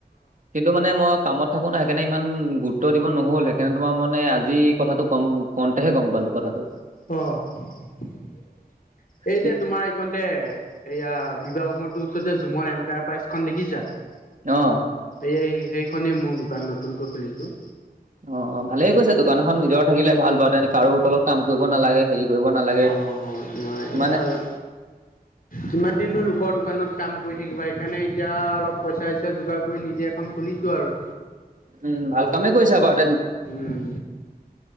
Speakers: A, on the right; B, on the left.
A: কিন্তু মানে মই কামত থাকো নাই সেইকাৰণে ইমান গুৰুত্ব দিব নহ'ল। সেইকাৰণে তোমাৰ মানে আজি কথাটো কম কওঁতেহে গম পালো কথাটো।
B: অ এই যে তোমাৰ এইকণতে
A: পি-
B: এইয়া বিবাহ ভৱনটোৰ ওচৰত যে ঝুমৰ এণ্টাৰপ্ৰাইজখন দেখিছা?
A: অহ।
B: এই সেইখনেই মোৰ দোকান নতুনকৈ খুলিছো।
A: অ অ ভালে ক‌ইছা দোকান এখন নিজৰ থাকিলে ভাল বাৰু তেনে কাৰো তলত কাম কৰিব নালাগে হেৰি কৰিব নালাগে
B: অ তোমাৰ এয়া
A: মানে
B: আৰু। কিমান দিননো লোকৰ দোকানত কাম কৰি থাকিবা? সেইকাৰণে এতিয়া অলপ পইচা-চইচা যোগাৰ কৰি নিজে এখন খুলিছো আৰু।
A: উম, ভাল কামে কৰিছা বাৰ
B: উম